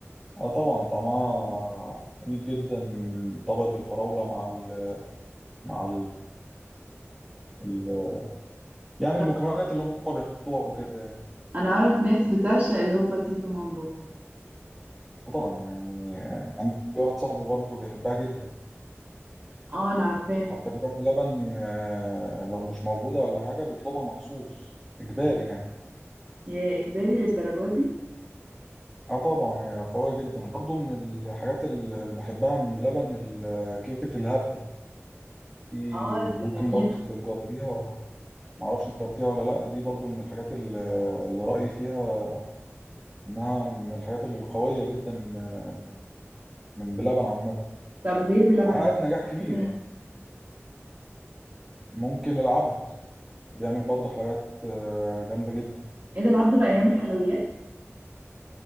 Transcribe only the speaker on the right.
<laughs>
انا اعرف ناس بتعشق الهوبا تيتو مامبو
اه انا عارفاه
يا اجباري للدرجه دي
اه
دي جميله
طب غير بلبن
ممكن
احلي
فين
ايه ده العبد بقى يعمل حلويات